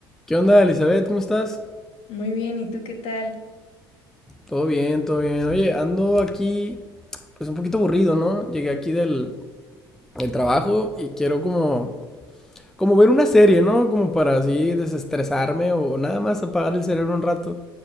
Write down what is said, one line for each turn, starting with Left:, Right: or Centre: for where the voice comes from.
Centre: ¿Qué onda, Elizabeth? ¿Cómo estás?
Left: Muy bien, ¿y tú qué tal?
Centre: Todo bien, todo bien. Oye, ando aquí, pues un poquito aburrido, ¿no? Llegué aquí del, del trabajo y quiero como, como ver una serie, ¿no? Como para así desestresarme o nada más apagar el cerebro un rato.